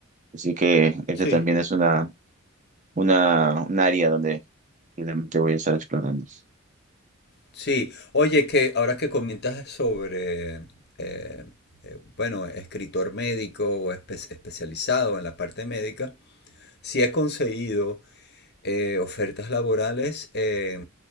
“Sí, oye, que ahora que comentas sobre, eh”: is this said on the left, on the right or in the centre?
Left